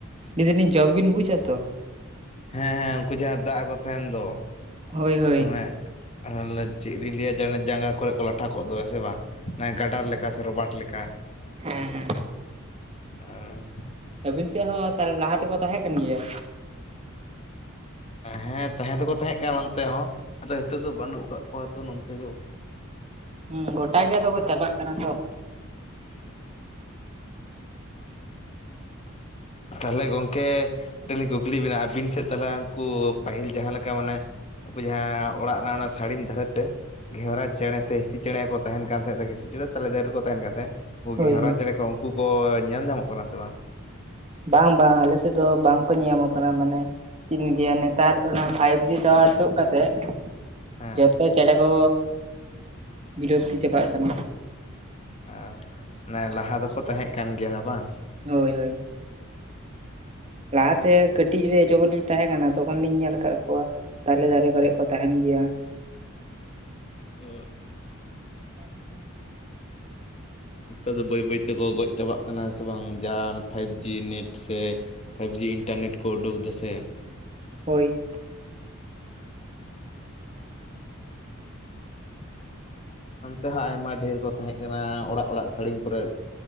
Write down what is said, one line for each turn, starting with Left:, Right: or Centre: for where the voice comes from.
Right: ᱞᱟᱹᱭ ᱫᱟᱞᱤᱧ ᱡᱚᱜᱽ ᱵᱤᱱ ᱵᱩᱡᱟ ᱛᱚ ᱾
Left: ᱦᱮᱸ ᱦᱮᱸ ᱩᱱᱠᱩ ᱡᱟᱦᱟᱸ ᱫᱟᱜ ᱨᱮᱠᱚ ᱛᱟᱦᱮᱱ ᱫᱚ
Right: ᱦᱳᱭ ᱦᱳᱭ
Left: ᱟᱱᱮᱼᱼ ᱦᱮ ᱪᱮᱫ ᱞᱤᱧ ᱞᱟᱹᱭᱟ ᱡᱮ ᱚᱱᱮ ᱡᱟᱸᱜᱟ ᱠᱚᱨᱮ ᱠᱚ ᱞᱟᱴᱷᱟ ᱠᱚᱜ ᱫᱚ ᱦᱮᱸ ᱥᱮ ᱵᱟᱝ ᱾ ᱚᱱᱟ ᱜᱟᱰᱟᱨ ᱞᱮᱠᱟ ᱥᱮ ᱨᱚᱵᱟᱴ ᱞᱮᱠᱟ ᱾
Right: ᱦᱩᱸ ᱦᱩᱸ
Left: ᱚᱸ
Right: ᱟᱹᱵᱤᱱ ᱥᱮᱫ ᱦᱚᱸ ᱛᱟᱦᱮ ᱞᱟᱦᱟ ᱛᱮᱠᱚ ᱛᱟᱦᱮᱸ ᱠᱟᱱ ᱜᱮᱭᱟ?
Left: ᱦᱮᱸ ᱛᱟᱦᱮᱸ ᱫᱚᱠᱚ ᱛᱟᱦᱮᱸ ᱠᱟᱱᱟ ᱚᱱᱛᱮ ᱦᱚᱸ ᱟᱫᱚ ᱱᱤᱛᱚᱜ ᱫᱚ ᱵᱟᱹᱱᱩᱜ ᱠᱟᱫ ᱠᱚᱣᱟ ᱛᱚ ᱱᱚᱛᱮ ᱫᱚ ᱾
Right: ᱦᱩᱸ ᱜᱚᱴᱟ ᱜᱮ ᱟᱫᱚ ᱠᱚ ᱪᱟᱵᱟᱜ ᱠᱟᱱᱟ ᱛᱚ ᱾
Left: ᱦᱩᱸ ᱛᱟᱦᱚᱞᱮ ᱜᱚᱝᱠᱮ ᱢᱤᱫᱴᱮᱱ ᱞᱤᱧ ᱠᱩᱠᱞᱤ ᱵᱤᱱᱟ ᱟᱵᱤᱱ ᱥᱮᱡ ᱛᱟᱦᱞᱮ ᱦᱟᱝᱠᱩ ᱯᱟᱹᱦᱤᱞ ᱡᱟᱦᱟᱸ ᱞᱮᱠᱟ ᱢᱟᱱᱮᱼᱼ ᱩᱱᱠᱩ ᱡᱟᱦᱟᱸ ᱚᱲᱟᱜ ᱨᱮᱱᱟᱜ ᱚᱱᱟ ᱥᱟᱹᱲᱤᱢ ᱫᱷᱟᱨᱮᱛᱮᱼᱼ ᱜᱷᱮᱣᱨᱟ ᱪᱮᱬᱮ ᱥᱮ ᱦᱤᱸᱥᱤ ᱪᱮᱬᱮ ᱠᱚ ᱛᱟᱦᱮᱱ ᱠᱟᱱ ᱛᱟᱦᱮᱸᱫ ᱫᱚ ᱦᱤᱸᱥᱤ ᱪᱮᱬᱮ ᱫᱚ ᱛᱟᱞᱮ ᱫᱟᱨᱮ ᱨᱮᱠᱚ ᱛᱟᱦᱮᱱ ᱠᱟᱱ ᱛᱟᱦᱮᱸᱫ ᱾ ᱩᱱᱠᱩ
Right: ᱦᱳᱭ
Left: ᱜᱷᱮᱣᱨᱟ
Right: ᱦᱳᱭ
Left: ᱪᱮᱬᱮ ᱠᱚ ᱩᱱᱠᱩ ᱠᱚ ᱧᱮᱞ ᱧᱟᱢᱚᱜ ᱠᱟᱱᱟ ᱥᱮ ᱵᱟᱝ?
Right: ᱵᱟᱝ ᱵᱟᱝ ᱟᱞᱮᱥᱮᱡ ᱫᱚ ᱵᱟᱝᱠᱚ ᱧᱮᱧᱟᱢᱚᱜ ᱠᱟᱱᱟ ᱢᱟᱱᱮ ᱪᱮᱫ ᱞᱤᱧ ᱞᱟᱹᱭᱟ ᱱᱮᱛᱟᱨ ᱚᱱᱟ ᱯᱷᱟᱭᱤᱵᱽ ᱡᱤ ᱴᱟᱣᱟᱨ ᱛᱩᱫ ᱠᱟᱛᱮᱫ
Left: ᱦᱮᱸ
Right: ᱡᱚᱛᱚ ᱪᱮᱬᱮ ᱠᱚ ᱵᱤᱞᱟᱹᱛᱤ ᱪᱟᱵᱟᱜ ᱠᱟᱱᱟ ᱾
Left: ᱟ ᱢᱟᱱᱮ ᱞᱟᱦᱟ ᱫᱚᱠᱚ ᱛᱟᱦᱮᱸᱜ ᱠᱟᱱ ᱜᱮᱭᱟ ᱵᱟᱝ?
Right: ᱦᱳᱭ ᱦᱳᱭ ᱾ ᱞᱟᱦᱟ ᱛᱮ ᱠᱟᱹᱴᱤᱡ ᱨᱮ ᱡᱚᱠᱷᱚᱱ ᱞᱤᱧ ᱛᱟᱦᱮᱸ ᱠᱟᱱᱟ ᱛᱚᱠᱷᱚᱱ ᱞᱤᱧ ᱧᱮᱞ ᱟᱠᱟᱫ ᱠᱚᱣᱟ ᱾ ᱛᱟᱞᱮ ᱫᱟᱨᱮ ᱠᱚᱨᱮ ᱠᱚ ᱛᱟᱦᱮᱱ ᱜᱮᱭᱟ ᱾
Left: ᱚᱜ
Right: <inaudible>
Left: ᱱᱮᱛᱟᱨ ᱫᱚ ᱵᱟᱹᱭ ᱵᱟᱹᱭ ᱛᱮᱠᱚ ᱜᱚᱡ ᱪᱟᱵᱟᱜ ᱠᱟᱱᱟ ᱥᱮ ᱵᱟᱝ ᱡᱟᱦᱟᱱ ᱯᱷᱟᱭᱤᱵᱽ ᱡᱤ ᱱᱮᱴ ᱥᱮ ᱯᱷᱟᱭᱤᱵᱽ ᱡᱤ ᱤᱱᱴᱟᱨᱱᱮᱴ ᱠᱚ ᱩᱰᱩᱠ ᱮᱫᱟ ᱥᱮ ᱾
Right: ᱦᱳᱭ ᱾
Left: ᱱᱚᱱᱛᱮ ᱦᱚᱸ ᱟᱭᱢᱟ ᱰᱷᱮᱨ ᱠᱚ ᱛᱟᱦᱮᱸᱜ ᱠᱟᱱᱟ ᱚᱲᱟᱜ ᱚᱲᱟᱜ ᱥᱟᱹᱲᱤᱢ ᱠᱚᱨᱮ